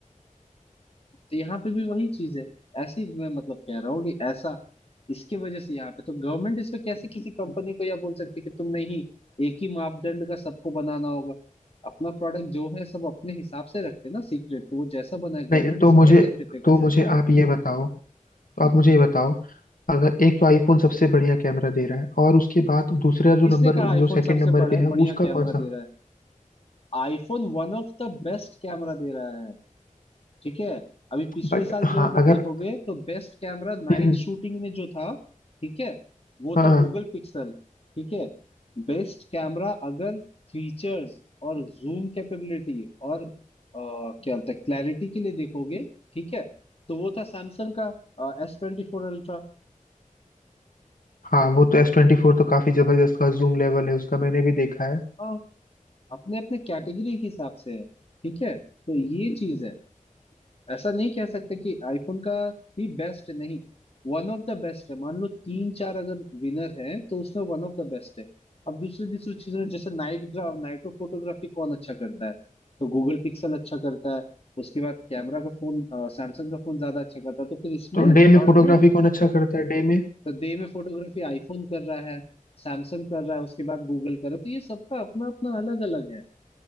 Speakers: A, on the left; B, on the left.
A: तो यहाँ पे भी वही चीज है ऐसी मैं मतलब कह रहा हूँ कि ऐसा इसके वजह से यहाँ पे तो गवर्नमेंट इस पे कैसे किसी कंपनी को यह बोल सकती है कि तुम नहीं एक ही मापदंड का सबको बनाना होगा अपना प्रोडक्ट जो है सब अपने हिसाब से रखते हैं ना सीक्रेट तो वो जैसा बना है गवर्नमेंट
B: नहीं तो
A: इसमें
B: मुझे
A: कैसे इंटरफेयर कर
B: तो
A: सकती
B: मुझे
A: है
B: आप ये बताओ तो
A: हम्म
B: आप मुझे ये बताओ अगर एक तो आईफोन सबसे बढ़िया कैमरा दे रहा है और उसके बाद दूसरा
A: किसने
B: जो नंबर
A: कहा आईफोन
B: जो सेकंड
A: सबसे
B: नंबर
A: बड़ा
B: पे
A: है
B: है
A: बढ़िया
B: वो उसका
A: कैमरा
B: कौन सा
A: दे रहा है IPhone one of the best camera दे रहा है ठीक है अभी पिछले
B: बट
A: साल
B: हाँ
A: जो अगर
B: अगर
A: देखोगे तो बेस्ट कैमरा नाइट
B: हम्म,
A: शूटिंग में जो था ठीक है वो
B: हाँ
A: था गूगल पिक्सल ठीक है बेस्ट कैमरा अगर फीचर्स और जूम कैपेबिलिटी और अ, क्या बोलते हैं क्लैरिटी के लिए देखोगे ठीक है तो वो था सैमसंग का एस ट्वेंटी फोर अल्ट्रा
B: हाँ वो तो एस ट्वेंटी फोर तो काफी जबरदस्त का जूम लेवल है उसका मैंने भी देखा है
A: हाँ अपने अपने कैटेगरी के हिसाब से है ठीक है तो ये चीज है ऐसा नहीं कह सकते कि आईफोन का ही बेस्ट है नहीं वन ऑफ द बेस्ट है मान लो तीन चार अगर विनर है तो उसमें वन ऑफ द बेस्ट है अब दूसरी दूसरी चीजों में जैसे नाइट ग्राफ नाइटो फोटोग्राफी कौन अच्छा करता है तो गूगल पिक्सल अच्छा करता है उसके बाद कैमरा का फोन सैमसंग का फोन ज्यादा अच्छा करता है तो फिर इसमें
B: तो डे में
A: थर्ड
B: फोटोग्राफी
A: में
B: कौन अच्छा करता है डे में
A: तो डे में फोटोग्राफी आईफोन कर रहा है सैमसंग कर रहा है उसके बाद गूगल कर रहा है तो ये सबका अपना अपना अलग अलग है